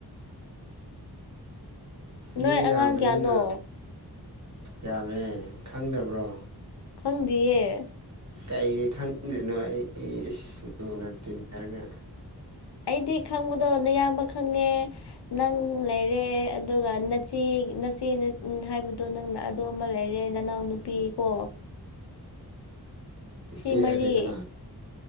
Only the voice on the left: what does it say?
ꯅꯣꯏ
ꯑꯉꯥꯡ
ꯀꯌꯥꯅꯣ
ꯈꯪꯗꯦꯌꯦꯦ
ꯑꯩꯗꯤ ꯈꯪꯕꯗꯣꯅꯌꯥꯝꯕ ꯈꯪꯉꯦ ꯅꯪ ꯂꯩꯔꯦ ꯑꯗꯨꯒ ꯅꯆꯤ ꯅꯆꯦ ꯍꯥꯏꯕꯗꯣ ꯅꯪꯅ ꯑꯗꯨ ꯑꯃ ꯂꯩꯔꯦ ꯅꯅꯥꯎ ꯅꯨꯄꯤ ꯀꯣ ꯁꯤ
ꯃꯔꯤ